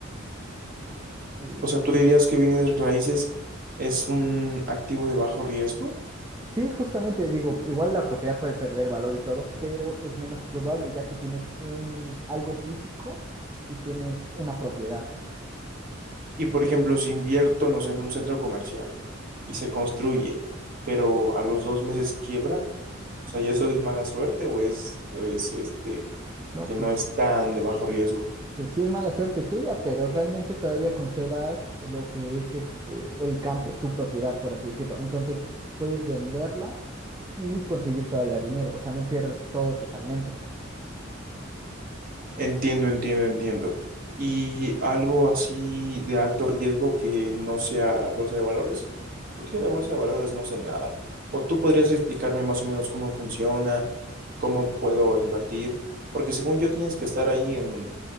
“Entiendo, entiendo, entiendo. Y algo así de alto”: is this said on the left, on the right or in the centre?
Right